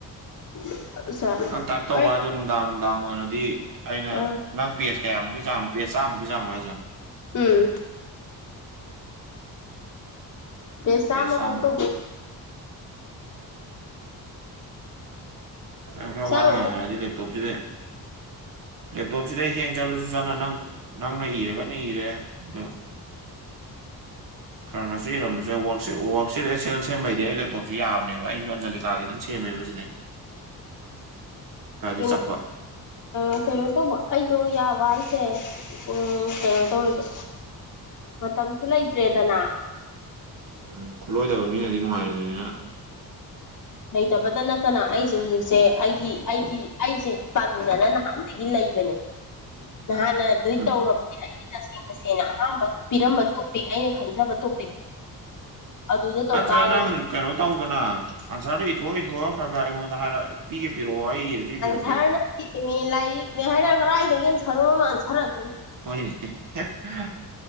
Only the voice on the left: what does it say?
<inaudible>
ꯀꯩ
ꯑꯥ
ꯎꯝ ꯄꯦꯁꯥ
ꯑꯃ
ꯑꯃꯨꯛꯛꯇ
ꯆꯥꯝꯃꯃꯨꯛ
ꯎꯝꯩꯅꯣ
ꯑ ꯈꯩꯅꯣ ꯇꯧꯕ ꯑꯩꯗꯣ ꯌꯥꯕ ꯑꯩꯁꯦ ꯎ ꯀꯩꯅꯣ ꯇꯧꯋꯦꯕ ꯃꯇꯝꯁꯨ ꯂꯩꯇ꯭ꯔꯦꯗꯅ
ꯂꯩꯇꯕꯇ ꯅꯠꯇꯅ ꯑꯩꯁꯦ ꯍꯧꯖꯤꯛꯁꯦ ꯑꯩꯒꯤ ꯑꯩꯒꯤ ꯑꯩꯁꯦ ꯄꯝꯗꯅ ꯅꯍꯥꯟꯗꯒꯤ ꯂꯩꯕꯅꯦ ꯅꯍꯥꯟꯅ ꯑꯗꯨꯏ
ꯇꯧꯔꯕꯅꯦ ꯑꯩꯒꯤ ꯇꯁꯦꯡ ꯇꯁꯦꯡꯅ ꯑꯍꯥꯟꯕ ꯄꯤꯔꯝꯕ ꯇꯣꯄꯤꯛ ꯑꯩꯅ ꯈꯟꯖꯕ ꯇ ꯑꯗꯨꯗ ꯇꯧ
ꯇꯥꯔꯒꯗꯤ
ꯊꯔꯅ ꯂꯥꯏꯛ ꯂ ꯍꯥꯏꯅ ꯀ ꯑꯥꯏꯗꯒ ꯁꯔ ꯁꯔꯔ